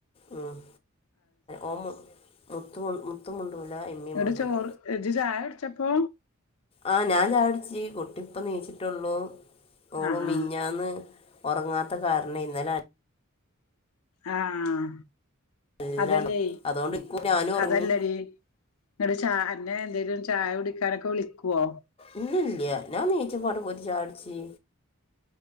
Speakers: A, on the left; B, on the left.
A: ഉം ഓഹ് മു മുത്തും മുത്തും മുണ്ടൂല ഇമ്മീ
B: ങ്ങട്ട്
A: മുണ്ടൂല
B: ചോറ് ഇജ്ജ് ചായ കുടിച്ചപ്പോ
A: ആ ഞാൻ ചായടിച്ചി കുട്ടിപ്പ നീച്ചിട്ടുള്ളു ഓള്
B: ആഹ്
A: മിഞ്ഞാന്ന് ഉറങ്ങാത്ത കരണേ ഇന്നല അൻ-
B: ആഹ്
A: നല്ലോണം
B: അതല്ലേ
A: അതുകൊണ്ട് ഇക്കു ഞാനും ഉറങ്ങി
B: അതല്ലടി ഇങ്ങട്ട് ചായ്- ന്നെ എന്തേലും ചായുടിക്കാനൊക്കെ വിളിക്കോ.
A: ഇല്ല ഇല്ല്യ... ഞാൻ നീച്ചും മ്പാടെ പോയിട്ട് ചായുട്ച്ചി